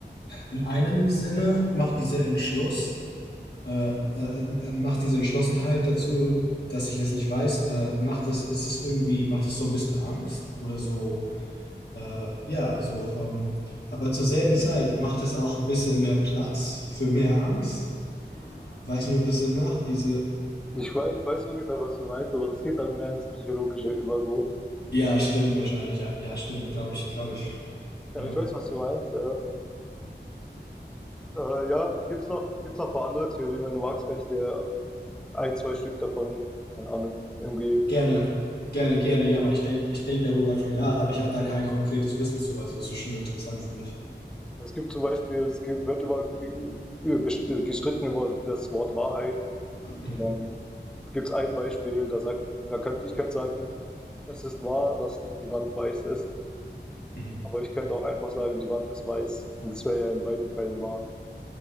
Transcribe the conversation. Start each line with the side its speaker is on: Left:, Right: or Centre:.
Left: in einem Sinne macht dieser Entschluss, äh, äh, äh, macht diese Entschlossenheit dazu, dass ich es nicht weiß, äh, macht es, ist es irgendwie, macht es so ein bisschen Angst oder so, äh, ja, so, ähm, aber zur selben Zeit macht es auch ein bisschen mehr Platz für mehr Angst. Weiß nicht, ob das Sinn macht, diese,
Centre: Ich wei weiß ungefähr, was du meinst, aber das geht dann mehr ins Psychologische über so.
Left: ja, stimmt wahrscheinlich, ja, ja stimmt, glaube ich, glaube ich,
Centre: Ja,
Left: ja.
Centre: aber ich weiß, was du meinst. Ja, äh, ja gibt's noch, gibt's noch ein paar andere Theorien. Wenn du magst, kann ich dir ein, zwei Stück davon, keine Ahnung, irgendwie.
Left: Gerne, gerne, gerne, ja, weil ich denke, ich denk darüber viel nach, aber ich habe da kein konkretes Wissen zu, also es ist schon interessant für mich.
Centre: Also Es gibt zum Beispiel, es ge- wird über ge- best- gestritten über das Wort Wahrheit.
Left: Mhm.
Centre: Und dann gibt's ein Beispiel, da sagt, da könnte ich könnte sagen, es ist wahr, dass die Wand weiß ist.
Left: Mhm.
Centre: Aber ich könnte auch einfach sagen, die Wand ist weiß. Und das wäre ja in beiden Fällen wahr.